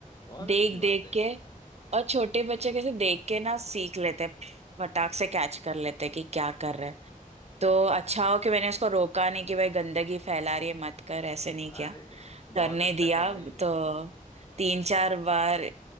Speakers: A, on the left; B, on the right.
A: बहुत अच्छी
B: देख
A: बात
B: देख
A: है
B: के
A: ये
B: और छोटे बच्चे कैसे देख के ना सीख लेते हैं फटाक से कैच कर लेते हैं कि क्या कर रहे हैं तो अच्छा हो कि मैंने उसको रोका नहीं कि भाई गंदगी फैला रही है मत कर ऐसे नहीं किया
A: अरे बहुत
B: करने
A: अच्छा
B: दिया
A: कर रही हो
B: तो तीन चार बार